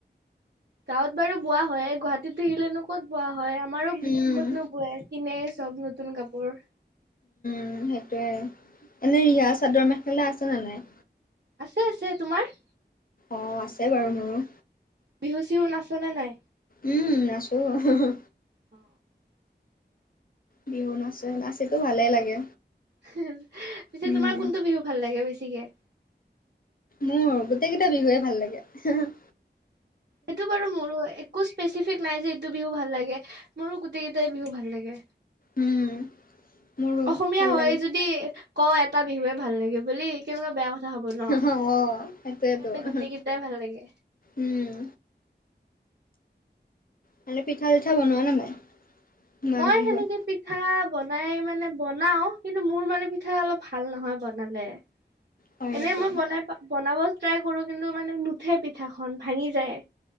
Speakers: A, on the right; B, on the left.
A: গাঁৱত বাৰু বোৱা হয়ে গুৱাহাটীত থাকিলেনো কত বোৱা হয় আমাৰো
B: উম,
A: কত নো বোৱে। কিনে চব নতুন কাপোৰ।
B: উম সেইটোৱে এনে ইয়াত চাদৰ মেখেলা আছে নে নাই?
A: আছে আছে তোমাৰ।
B: অ আছে বাৰু মোৰো।
A: বিহু-চিহু নাচনে নাই।
B: উম উ উ আছো হো হো।
A: অ।
B: বিহু নাচে নাচিতো ভালেই লাগে।
A: সি সি ইহ পিছে
B: উম,
A: তোমাৰ কোনটো বিহু ভাল লাগে বেছিকে।
B: মোৰ গোটেই কেইটা বিহুৱে ভাল লাগে হে হা।
A: সেইটো বাৰু মোৰো একো স্পেচিফিক নাই যে এইটো বিহু ভাল লাগে ই হা মোৰো গোটেই কেইটাই বিহুৱে ভাল লাগে।
B: উম। মোৰো
A: অসমীয়া
B: ভাল
A: হয়
B: লাগে
A: যদি ই হা ক এটা বিহুৱে ভাল লাগে বুলি কেনেকুৱা বেয়া কথা হ'ব ন
B: হি হা অ সেইটোৱেইটো
A: সেইকাৰণে
B: উমহু
A: গোটেই কেইটাই ভাল লাগে
B: উম। মানে পিঠা-চিঠা বনোৱা নে নাই। মাঘ
A: মই
B: বিহুত?
A: সেনেকে পিঠা বনাই মানে বনাও কিন্তু মোৰ মানে পিঠা অলপ ভাল নহয় বনালে। <inaudible>
B: হয়
A: এনেই
B: নেকি?
A: মই বনাই পা বনাব ট্ৰাই কৰো কিন্তু মানে নুঠে পিঠাখন ভাঙি যায়।